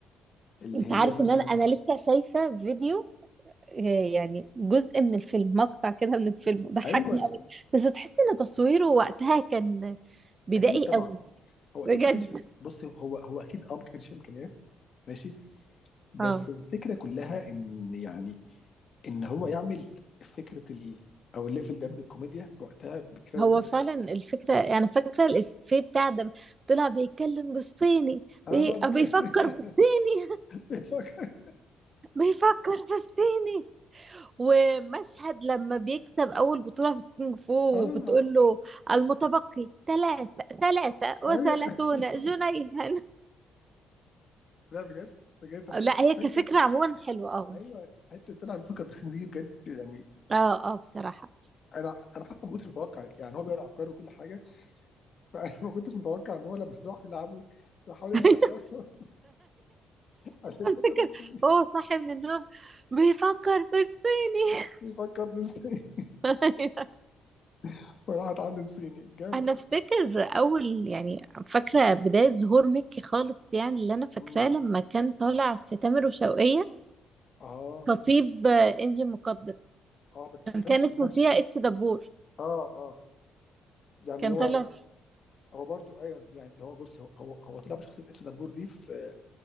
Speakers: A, on the left; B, on the right.
A: اللي
B: انت
A: هي
B: عارف
A: مثلا
B: ان انا انا لسه شايفة فيديو آه، يعني جزء من الفيلم مقطع كده من الفيلم ضحكني
A: ايوه
B: قوي بس تحس ان تصويره وقتها كان بدائي
A: اكيد طبعا
B: قوي
A: هو اكيد
B: بجد
A: ما كانش بص هو هو اكيد اه ما كانش فيه امكانيات ماشي بس
B: اه
A: الفكره كلها ان يعني ان هو يعمل فكره ال او الليفل ده من الكوميديا في وقتها بالكتابه
B: هو
A: دي
B: فعلا الفكرة يعني فاكرة الإفيه بتاع ده طلع بيتكلم بالصيني
A: انا
B: بي...
A: طبعا
B: أو
A: بتكلم
B: بيفكر
A: <laughs>
B: بالصيني
A: بتفكر
B: بيفكر بالصيني ومشهد لما بيكسب أول بطولة في الكونغ فو
A: اه
B: وبتقول له المتبقي ثلاثة ثلاثة وثلاثون
A: ايوه <laughs>
B: جنيها
A: لا بجد بجد حته
B: لا هي كفكرة
A: حته
B: عموما حلوة اه
A: ايوه حته طلع بيفكر بس دي بجد يعني
B: اه اه بصراحة
A: انا انا حتى ما كنتش متوقع يعني هو بيقرا افكاره وكل حاجه <laughs> فانا ما كنتش متوقع ان هو لما راح يلعبه بيحاول يقرا
B: <laughs>
A: افكاره <laughs> انا بيفكر
B: افتكر
A: بالصيني
B: هو صاحي من النوم بيفكر بالصيني
A: بيفكر بالصيني
B: <laughs>
A: <laughs> وراح اتعلم صيني جامد
B: انا افتكر اول يعني فاكره بدايه ظهور ميكي خالص يعني اللي انا فاكراه
A: امم
B: لما كان طالع في تامر وشوقية
A: اه
B: خطيب آه، انجي مقدم
A: اه بس ما كانش
B: كان اسمه
A: ما كانش
B: فيها اتش دبور
A: اه اه يعني
B: كان
A: هو
B: طالع في-
A: هو برضو ايوه يعني هو بص هو هو, هو طلع بشخصيه اتش دبور دي في